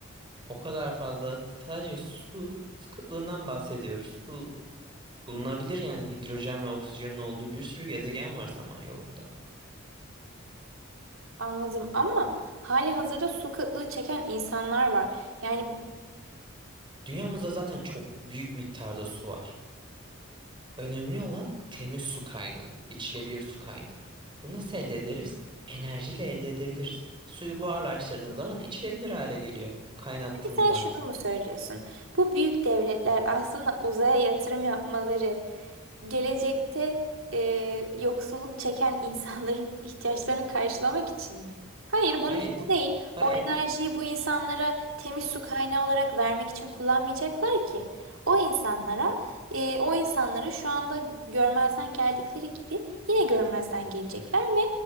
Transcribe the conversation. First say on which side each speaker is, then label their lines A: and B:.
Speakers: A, on the right (about 25°); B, on the right (about 80°).
A: o kadar fazla sadece su, su kıtlığından bahsediyoruz. Bulunabilir yani hidrojen ve oksijenin olduğu bir sürü gezegen var Samanyolu'nda.
B: Anladım ama hali hazırda su kıtlığı çeken insanlar var. Yani
A: Dünyamızda zaten çok büyük miktarda su var. Önemli olan temiz su kaynağı, içilebilir su kaynağı. Bunu nasıl elde ederiz? Enerjiyle elde edebiliriz. Suyu buharlaştırdığın zaman içilebilir hale geliyor. Kaynattığın
B: hani sen
A: zaman.
B: şunu mu söylüyorsun? Bu büyük devletler aslında uzaya yatırım yapmaları Gelecekte e, yoksulluk çeken insanların <laughs> ihtiyaçlarını karşılamak için mi? Hayır,
A: Hayır,
B: bunun için değil.
A: hayır.
B: O enerjiyi bu insanlara temiz su kaynağı olarak vermek için kullanmayacaklar ki. O insanlara, e, o insanları şu anda görmezden geldikleri gibi yine görmezden gelecekler ve